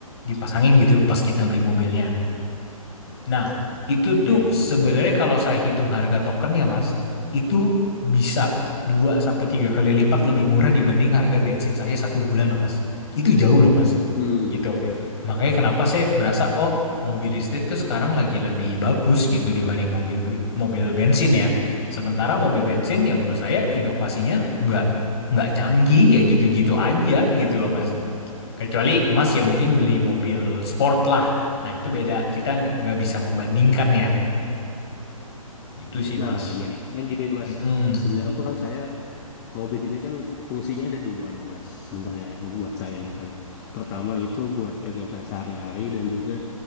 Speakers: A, on the left (about 50°); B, on the left (about 30°).
A: dipasangin gitu pas kita beli mobilnya. Nah, itu tuh
B: iya betul.
A: sebenarnya kalau saya hitung harga token ya Mas, itu bisa 2 sampai 3 kali lipat lebih murah dibanding harga bensin saya satu bulan loh Mas. Itu jauh loh Mas.
B: Hmm,
A: Gitu.
B: oke.
A: Makanya kenapa saya berasa oh mobil listrik tuh sekarang lagi lebih bagus gitu dibanding mobil mobil bensin ya. Sementara mobil bensin yang menurut saya inovasinya nggak nggak canggih ya gitu-gitu aja gitu loh Mas. Kecuali Mas ya mungkin beli mobil sport lah. Nah itu beda. Kita nggak bisa ngebandingkan ya. Gitu sih
B: Nah,
A: Mas.
B: ya, yang gini nih, Mas.
A: Mm-mm.
B: Sebenarnya tuh kan saya Mobil ini kan fungsinya ada dua nih mas sebenarnya buat saya nih kan. Pertama itu buat kegiatan sehari-hari dan juga